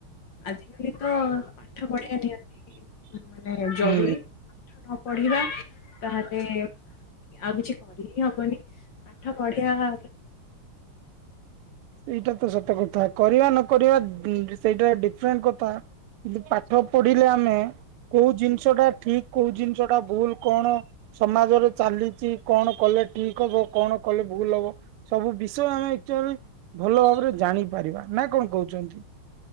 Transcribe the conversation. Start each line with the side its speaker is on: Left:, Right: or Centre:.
Left: ଆଜିକାଲି ତ ପାଠ ପଢିବା ନିହାତି। ମାନେ ଜରୁରୀ
Right: ହୁଁ
Left: ପାଠ ନ ପଢିବା ତାହଲେେ ଆଉ କିଛି କରି ହିଁ ହବନି। ପାଠ ପଢିବା
Right: ସେଇଟା ତ ସତ କଥା କରିବା ନକକରିବା ସେଇଟା ଡିଫରେଣ୍ଟ କଥା। ଯି ପାଠ ପଢିଲେ ଆମେ କୋଉ ଜିନିଷ ଟା ଠିକ କୋଉ ଜିନିଷ ଟା ଭୁଲ କଣ ସମାଜରେ ଚାଲିଛି କଣ କଲେ ଠିକ ହବ କଣ କଲେ ଭୁଲ ହବ ସବୁ ବିଷୟ ଆମେ <inaudible> ଭଲ ଭାବରେ ଜାଣି ପାରିବା ନାଁ କଣ କହୁଛନ୍ତି?